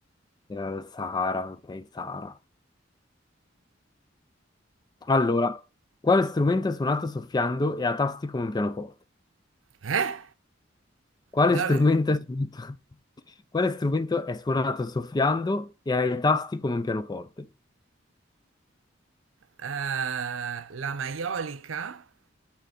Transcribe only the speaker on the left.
era il Sahara, ok, Sahara. Allora, quale strumento è suonato soffiando e a tasti come un pianoforte?
Quale
strumento
è suonato? <laughs> Quale strumento è suonato soffiando e ha i tasti come un pianoforte?